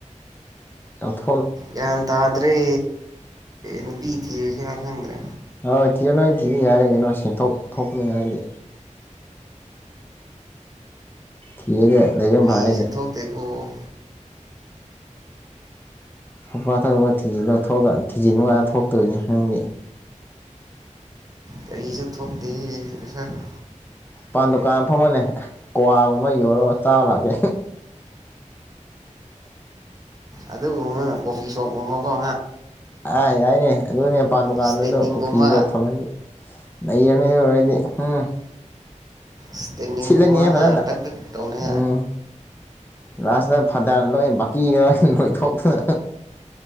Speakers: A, on the left; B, on the right.
A: ꯇꯧ
B: ꯌꯥꯇꯗ꯭ꯔꯤ ꯅꯨꯄꯤ ꯊꯤꯁꯤ ꯈꯪꯗ꯭ꯔꯦ
A: ꯍꯣꯌ ꯊꯤꯌꯨ ꯅꯣꯏ ꯊꯤꯗꯤ ꯌꯥꯔꯦ ꯀꯩꯅꯣ ꯁꯦꯟꯊꯣꯛ ꯊꯣꯛꯄꯅꯤ ꯅꯗꯤ ꯊꯁꯦ ꯂꯩꯝ ꯐꯥꯏ
B: ꯐꯤꯁꯦ ꯊꯣꯛꯇꯦꯀꯣ
A: ꯊꯧꯄꯥ ꯊꯧꯔꯒ ꯊꯤꯖꯤ ꯂꯧꯊꯣꯛꯑꯒ ꯊꯤꯖꯤ ꯅꯨꯡꯀꯥꯏꯇ ꯊꯣꯛꯇꯣꯏꯅꯤ ꯈꯪꯗꯦ
B: ꯀꯔꯤꯁꯨ ꯊꯣꯛꯇꯦ ꯩꯁꯈ
A: ꯄꯥꯟ ꯗꯨꯀꯥꯟ ꯐꯝꯕꯅꯦ ꯀ꯭ꯋꯥꯒꯨꯝꯕ ꯌꯣꯜꯂꯒ ꯆꯥꯔ ꯂꯥꯛꯀꯦ
B: ꯑꯗꯨ ꯎ ꯀꯣꯐꯤ ꯎꯃ ꯀ
A: ꯑ ꯌꯥꯏꯅꯦ ꯑꯗꯨꯅꯦ ꯃꯄꯥꯟ ꯗꯨꯀꯥꯟꯗꯨꯗꯣ
B: ꯏꯁꯇꯦꯟꯗꯤꯡꯒꯨꯝꯕ
A: ꯀꯨꯐꯤ ꯁꯣꯞ ꯊꯝꯃꯅꯤ ꯂꯩꯔꯅꯤ ꯑꯣꯏꯔꯣꯏꯗꯤ ꯎꯝ
B: ꯁꯇꯅꯤꯨꯝꯃ
A: ꯁꯤꯠꯂꯅꯤꯍꯦ ꯐꯖꯅ
B: ꯍꯥ ꯇ ꯇꯣꯅꯤ
A: ꯎꯝ ꯂꯥꯁꯇ ꯐꯗꯔ ꯂꯣꯏꯅ ꯕꯀꯤꯗ ꯂ ꯂꯣꯏꯊꯣꯛꯇꯅ